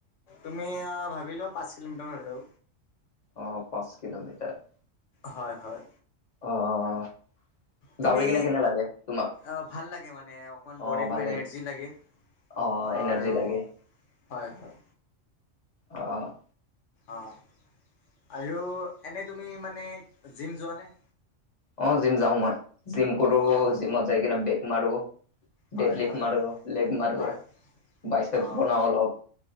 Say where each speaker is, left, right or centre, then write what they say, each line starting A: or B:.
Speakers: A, on the left; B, on the left.
A: তুমি ভাবিলোঁ পাঁচ কিলোমিটাৰ আৰু।
B: অ' পাঁচ কিলোমিটাৰ।
A: হয়, হয়।
B: অ'।
A: তুমি
B: দাউৰি কিনে কেনে লাগে তোমাক
A: অ' ভাল লাগে মানে, অকণ
B: অ
A: বডিটো
B: ভাল
A: এনাৰ্জি লাগে।
B: অ',
A: আৰু
B: এনাৰ্জি লাগে।
A: হয়, হয়।
B: অ'।
A: অ', আৰু এনে তুমি মানে জিম যোৱানে?
B: অ', জিম যাওঁ মই জিম কৰোঁ,
A: অঁ
B: জিমত যাই কিনে বেক মাৰোঁ।
A: হয়
B: ডেডলিফট
A: হয়
B: মাৰোঁ, লেগ মাৰোঁ
A: হয়
B: বাইচেপ
A: অঁ
B: বনাওঁ অলপ।